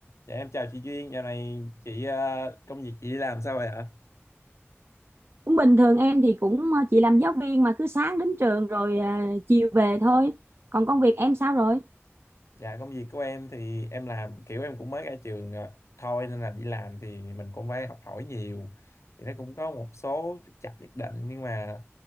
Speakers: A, on the left; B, on the right.
A: Dạ em chào chị Duyên, dạo này chị ờ, công việc chị đi làm sao vậy ạ?
B: cũng bình thường em thì cũng ờ, chỉ làm giáo viên mà cứ sáng đến trường rồi ờ, chiều về thôi còn công việc em sao rồi
A: Dạ công việc của em thì em làm kiểu em cũng mới ra trường ờ, thôi nên là đi làm thì mình cũng phải học hỏi nhiều. Thì nó cũng có một số trục trặc nhất định nhưng mà